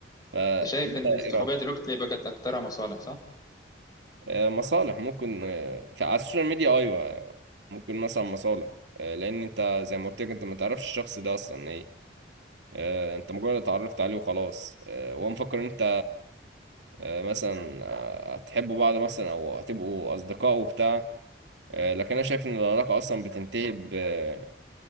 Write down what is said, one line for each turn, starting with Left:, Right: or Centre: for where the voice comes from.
Right: فانت
Left: أنت شايف إن الصحوبية
Right: ايه رايك
Left: دلوقتي بقت أكترها مصالح صح؟
Right: آه، مصالح ممكن آه، في على السوشيال ميديا ايوه ممكن مثلا مصالح آه، لان انت زي ما قلت لك انت ما تعرفش الشخص ده اصلا ايه آه، انت مجرد اتعرفت عليه وخلاص آه، هو مفكر ان انت آه، مثلا آه، هتحبوا بعض مثلا او هتبقوا اصدقاء وبتاع آه، لكن انا شايف ان العلاقه اصلا بتنتهي ب-